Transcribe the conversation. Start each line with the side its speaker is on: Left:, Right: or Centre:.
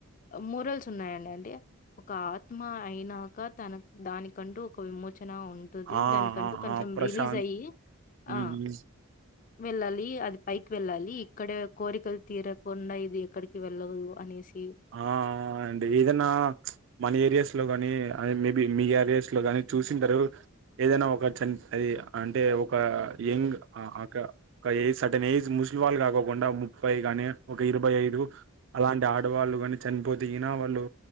Left: మోరల్స్ ఉన్నాయండి అంటే ఒక ఆత్మ అయినాక తన దానికంటూ ఒక విమోచ్ న ఉంటుది
Right: ఆ
Left: దానికంటూ
Right: ఆ
Left: కొంచం
Right: ఆ ప్రశాంత్
Left: రిలీజ్ అయ్యి ఆ
Right: ఉమ్
Left: వెళ్ళాలి అది పైకి వెళ్ ళ్ళాలి ఇక్కడే కోరికలు తీరకుండా ఇది ఎక్కడికి వెళ్ళదు అనేసి
Right: ఆ ఆ అండి ఎదన్నా మన ఏరియాస్ ట్లో గాని అది మే బి మీ ఏరియస్ లో గాని చూసిండరు ఎదన్నా ఒక చాన్ అది అంటే ఒక యంగ్ అ అక ఒక ఏజ్ సర్టెన్ ఏజ్ ముసిలివాళ్ళు కాకోకుండా ముఫై గాని ఒక ఇరవై ఐదు గాని అలాంటి అట్ డవాఘళ్ళు గాని చనిపోతే గిన వాళ్ళు